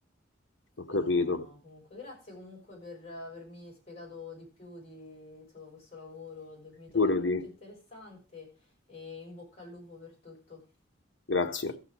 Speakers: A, on the left (about 65°); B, on the left (about 35°).
A: ho
B: Però
A: capito,
B: comunque grazie comunque per avermi spiegato di più di insomma, questo lavoro al dormitorio,
A: pure
B: molto
A: di...
B: interessante e in bocca al lupo per tutto.
A: grazie